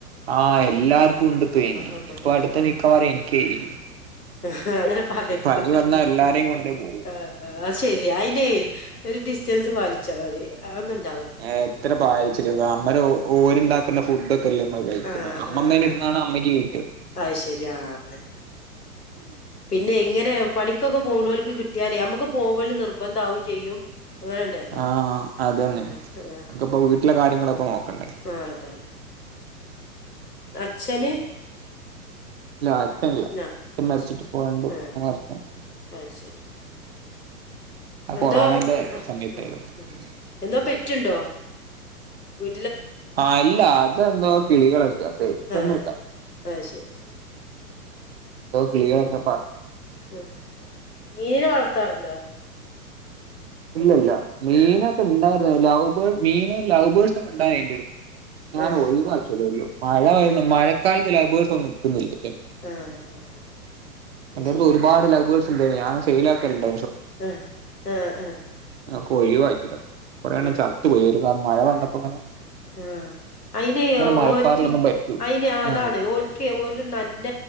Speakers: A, on the right; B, on the left.
A: ആഹ് എല്ലാർക്കും ഇണ്ട് ഇപ്പെ,
B: ആ
A: ഇപ്പ
B: ആ ആ.
A: അടുത്ത മിക്കവാറും എനിക്കായിരിക്കും.
B: അങ്ങനെ പറയണ്ട
A: പനി വന്നാ എല്ലാരെയും കൊണ്ടേ പോകും
B: ആഹ് അത് ശെരിയാ അയിന് <unintelligible> ഒരു ഡിസ്റ്റൻസ് പാലിച്ചാ മതി അതൊന്നും ഇണ്ട്
A: എത്ര <unintelligible> അന്നേരം ഓര്ണ്ടാക്കുന്ന ഫുഡക്കെല്ലേ ഇമ്മള് കഴിക്കുന്നെ
B: ആഹ്
A: അമ്മമ്മേൻ്റെടുത്ത്
B: ആഹ് ആഹ്
A: <unintelligible> ആണ് അമ്മയ്ക്ക് കിട്ടിയത്.
B: അത് ശരി ആഹ് അങ്ങനെ പിന്നെ ഇങ്ങനെ പണിക്കൊക്കെ പോ പോണോൽക്ക് കിട്ടിയാലേ നമ്മക്ക് പോവല് നിർബന്ധാവോം ചെയ്യും അങ്ങനെണ്ടല്ലോ
A: ആഹ് അതന്നെ
B: ഊഹ് ഊഹ്.
A: നമുക്കിപ്പോ വീട്ടിലെ കാര്യങ്ങളൊക്കെ നോക്കണ്ടേ
B: ആഹ് അതന്നെ. അച്ഛന്
A: ഇല്ല അച്ഛനില്ല
B: ആഹ്
A: അച്ഛൻ
B: അത്
A: മരച്ചിട്ട്
B: ശരി.
A: ഇപ്പോ രാണ്ട്
B: ആഹ്
A: മൂന്ന് വർഷം ആയി.
B: അത് ശരി
A: ആ
B: എന്തോ
A: കൊറോണന്റെ
B: <unintelligible>
A: സമയത്തായിരുന്നു
B: എന്തോ പെറ്റുണ്ടോ വ്
A: ആഹ് അല്ല അതെന്തോ കിളികളൊക്കെയാ പെറ്റൊന്നുല്ല
B: ആഹ് അത് ശരി ആഹ്
A: ന്തോ കിളികളൊക്കെ പറ
B: ആഹ് മീനെ വളർത്താറുണ്ടോ?
A: ഇല്ലില്ല
B: അങ്ങനത്തെ
A: മീനൊക്കെ
B: ആഹ്
A: ഇണ്ടായിരുന്ന് ലവ ബേ മീന് ലൗവ് ബേർഡ്സ് ഒക്കെ ഇണ്ടായിരുന്നെന്റടു ഞാൻ
B: ആഹ്
A: ഒഴിവാക്കിയ <unintelligible> മഴ വരുന്ന
B: ആഹ്
A: മഴക്കാലത്ത് ലൗബേസൊന്നും നിൽക്കുന്നില്ല
B: ആഹ് ആഹ് അത്
A: എന്റടുത്ത്
B: ശരി
A: ഒരുപാട് ലവ്ബേർഡ്സ് ഉണ്ട് ഞാൻ സെയിൽ ആക്കലുണ്ട്
B: ആഹ് ആഹ് ആഹ്
A: ആഹ് ഒഴിവാക്കിയതാ കൊറെണ്ണം
B: ആഹ്
A: ചത്തു പോയി ഒരു മഴ വന്നപ്പോക്കങ്ങനെ
B: ആഹ് അയിനെ
A: മഴപ്പാറിലൊന്നും
B: ഓർക്ക്
A: പറ്റൂല
B: അയിന് അതാണ്
A: ആഹ്
B: ഒല്ക്ക് ഓല് നല്ല